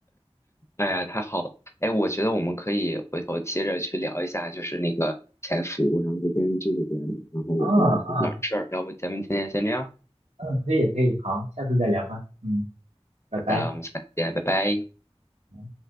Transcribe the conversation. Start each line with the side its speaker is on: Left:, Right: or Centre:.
Left: 哎呀，太好了！哎，我觉得我们可以回头接着去聊一下，就是那个潜伏，然后这边这边，然后我这边有点事儿，
Right: 啊啊，
Left: 要不咱们今天先这样？
Right: 嗯，可以可以，好，下次再聊吧。嗯，拜拜。
Left: 好的，我们下次见，拜拜。
Right: 嗯